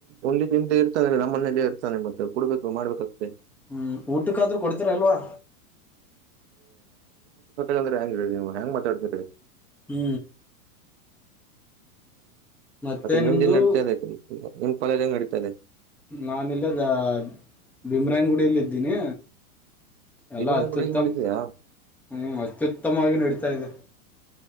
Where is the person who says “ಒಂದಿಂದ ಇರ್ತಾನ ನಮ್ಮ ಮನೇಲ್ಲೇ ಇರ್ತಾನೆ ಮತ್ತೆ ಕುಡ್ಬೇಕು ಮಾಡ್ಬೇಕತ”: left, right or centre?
Right